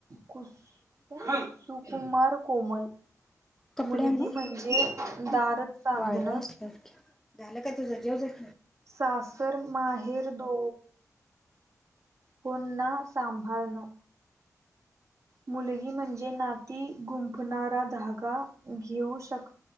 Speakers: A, on the right; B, in the centre.
A: खु कुसुकुमार कोमल
B: कपड्या
A: मुलगी
B: ना
A: म्हणजे दार चांदणं
B: वाढलं अस झालं का तुझं ज ज
A: सासर माहे हेर दो पुन्हा सांभाळणं मुलगी म्हणजे नाती गुंफणारा धागा घेऊ शक